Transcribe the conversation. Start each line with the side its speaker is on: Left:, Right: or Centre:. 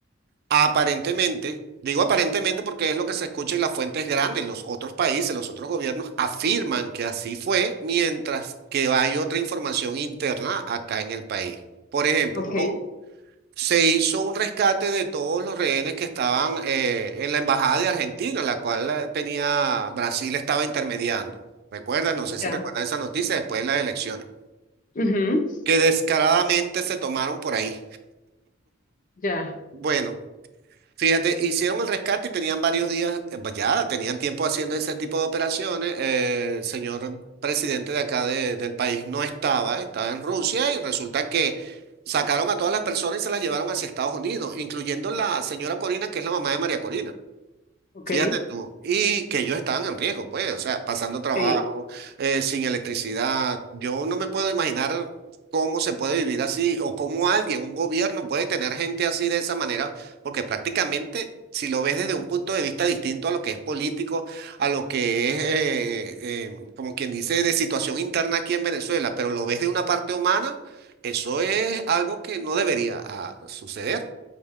Right: aparentemente, digo aparentemente porque es lo que se escucha en las fuentes grandes, los otros países, los otros gobiernos afirman que así fue, mientras que hay otra información interna acá en el país. Por ejemplo,
Left: Ok,
Right: lo- se hizo un rescate de todos los rehenes que estaban eh, en la embajada de Argentina, la cual eh, tenía Brasil estaba intermediando. ¿Recuerdas? No sé si
Left: ya,
Right: recuerdas esa noticia después de las elecciones,
Left: Ujú,
Right: que descaradamente se tomaron por ahí.
Left: ya,
Right: Bueno. Fíjate, hicieron el rescate y tenían varios días, eh, pues ya tenían tiempo haciendo ese tipo de operaciones. eh, el señor presidente de acá de- del país no estaba, estaba en Rusia y resulta que sacaron a todas las personas y se las llevaron hacia Estados Unidos, incluyendo la señora Corina, que es la mamá de María Corina.
Left: ok.
Right: Fíjate tú, y que ellos estaban en riesgo, pues, o sea, pasando trabajo,
Left: sí,
Right: eh, sin electricidad. Yo no me puedo imaginar cómo se puede vivir así o cómo alguien, un gobierno puede tener gente así de esa manera, porque prácticamente, si lo ves desde un punto de vista distinto a lo que es político, a lo que es, eh, eh, como quien dice, de situación interna aquí en Venezuela, pero lo ves de una parte humana, eso es algo que no debería ah, suceder.